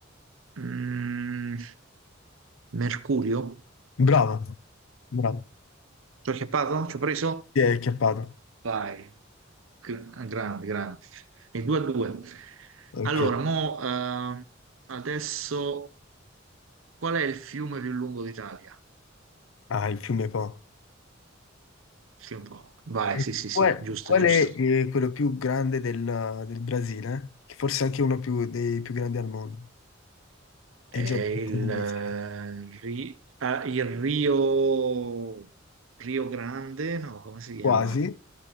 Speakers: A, on the right; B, on the left.
A: Mm, Mercurio?
B: Bravo, bravo.
A: Ci ho acchiappato? Ci ho preso?
B: Ti è acchiappato.
A: Vai, Gr- ah, grande, grande. E 2 a 2.
B: Ok.
A: Allora, mo, eh, adesso qual è il fiume più lungo d'Italia?
B: Ah, il fiume Po.
A: Sì, un po'. Vai,
B: E
A: sì, sì, sì,
B: qual,
A: giusto,
B: qual
A: giusto.
B: è eh, quello più grande del, del Brasile? Che forse è anche uno più- dei più grandi al mondo.
A: È
B: È già
A: il,
B: tanto indizi.
A: eh, Ri- ah, il Rio, Rio Grande, no, come si chiama?
B: Quasi.